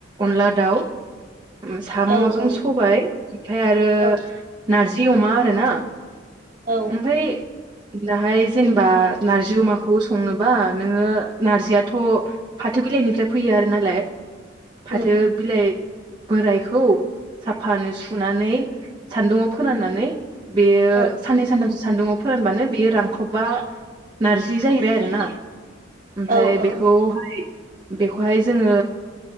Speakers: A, on the right (about 25°); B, on the right (about 45°).
A: अनला दाउ। ओ साम'जों
B: औ औ
A: सबाय ओमफ्राय आरो
B: औ
A: नारजि अमा आरोना।
B: औ
A: ओमफ्राय दाहाय जेनेबा नारजि अमाखौ संनोबा नोङो नारजियाथ' फाथो बिलाइनिफ्राय फैयो आरो नालाय फाथो
B: उम
A: बिलाइ बोरायखौ साफानो सुनानै सान्दुंङाव फोराननानै बेयो
B: औ
A: साननै सानथामसो सान्दुङाव फोरानबानो बेयो रांख्रब बा नारजि जाहैबाय आरो ना ओमफाय
B: औ औ
A: बेखौहाय बेखौहाय जोङो